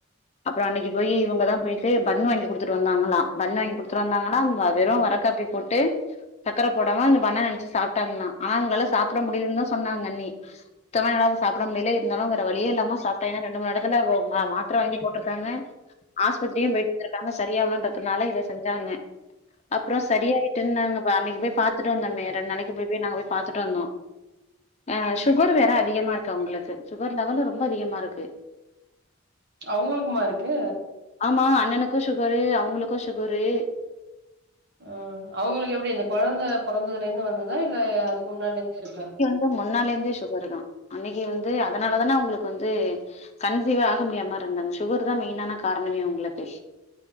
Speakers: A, on the left (about 35°); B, on the right (about 55°).
A: அப்புறோ அன்னைக்கு போய் இவங்கதா போயிட்டு பண் வாங்கி குடுத்துட்டு வந்தாங்களா பன் வாங்கி குடு த்து வந்தாங்கன்னா வெறு வர காப்பி போட்டு சக்கர போடாம அந்த பன்ன நனச்சு சாப்ட்டாங்களா ஆனா அவங்களாலா சாப்புட முடியலன்தா சொன்னாங்க அண்ணி சுத்தமா என்னால சாப்ட முடியலே இருந்தாலு வேற வழியே இல்லாம சாப்ட்டே எனா ரெண்டு மூணு எடத்துல வு மா மாத்ர வாங்கி போட்ருக்காங்க ஆஸ்பத்திரியு போயிட்டே வத்துருக்காங்க சரியாகலன்றதுனால இத செஞ்சாங்க அப்புற சரியாயிட்டுன்னாங்க நா அன்னைக்கு போய் பாத்துட்டு வந்தோமே ரெண்டு நாளைக்கு போய் போய் நாங்க போய் பாத்துட்டு வந்தோ அ சுகர் வேற அதிகமா இருக்கு அவங்களுக்கு சுகர் லெவலு ரொம்ப அதிகமா இருக்கு <unintelligible> <inaudible>
B: அவங்களுக்குமா இருக்கு
A: ஆமா அண்ணனுக்கு சுகரு அவங்களுக்கு சுகரு
B: ஆ அவங்களுக்கு எப்டி இந்த கொழந்த பொறந்ததுல இருந்து வந்ததா இல்ல அதுக்கு முன்னால இருந்தே இருக்கா
A: க்கு முன்னால இருந்தே சுகர் தா அன்னைக்கு வந்து அதனால தானே அவங்களுக்கு வந்து கன்சீவா ஆக முடியாம இருந்தாங்க சுகர் தா மெயின்னான காரணமே அவங்களுக்கு